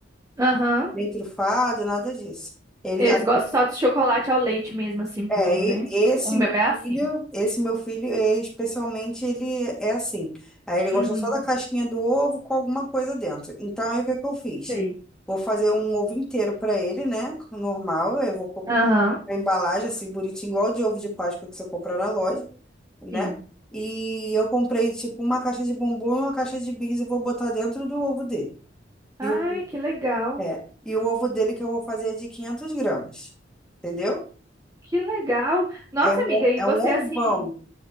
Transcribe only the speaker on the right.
Aham.
Eles gostam só de chocolate ao leite mesmo, assim, puro,
né?
O meu
é assim.
Uhum,
sei.
Aham,
sim.
Ai,
que legal.
Que legal. Nossa,
amiga, e
você
assim,